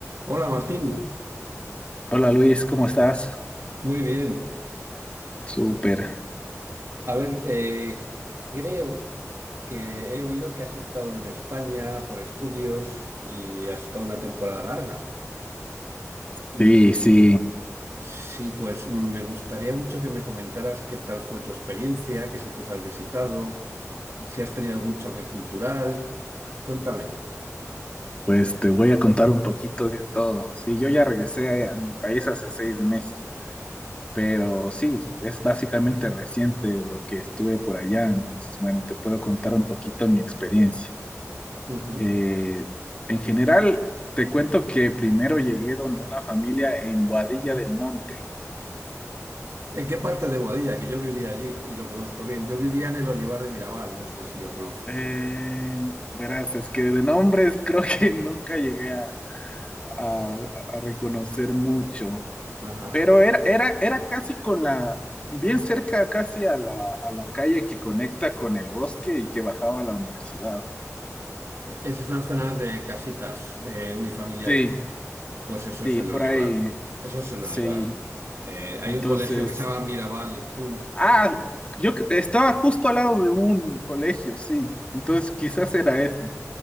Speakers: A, on the right; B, on the left.
A: Hola Martín,
B: Hola Luis, ¿cómo estás?
A: muy bien.
B: Súper.
A: A ver, eh, creo que he oído que has estado en España por estudios y has estado una temporada larga. Y
B: Sí, sí,
A: sí, pues me gustaría mucho que me comentaras qué tal fue tu experiencia, qué sitios has visitado, si has tenido algún choque cultural. Cuéntame.
B: pues te voy a contar un poquito de todo. Sí, yo ya regresé a mi país hace seis meses, pero sí, es básicamente reciente lo que estuve por allá, entonces bueno, te puedo contar un poquito mi experiencia.
A: Ujú.
B: Eh, en general, te cuento que primero llegué donde una familia en Boadilla del Monte.
A: ¿En qué parte de Boadilla? Que yo vivía allí y lo conozco bien. Yo vivía en el Olivar de Mirabal, no sé si lo conoces.
B: Eh, verás, es que de nombres creo que <laughs> nunca llegué a, a a reconocer mucho.
A: Ajá.
B: Pero era, era, era casi con la, bien cerca casi a la, a la calle que conecta con el bosque y que bajaba a la universidad.
A: Esa es una zona de casitas eh, unifamiliares.
B: Sí,
A: Pues eso
B: sí,
A: es el
B: por
A: Olivar.
B: ahí,
A: Eso es el
B: sí.
A: Olivar. Eh, hay
B: Entonces,
A: un colegio que se llama Mirabal School.
B: ah, yo cre- estaba justo al lado de un colegio, sí. Entonces quizás era este.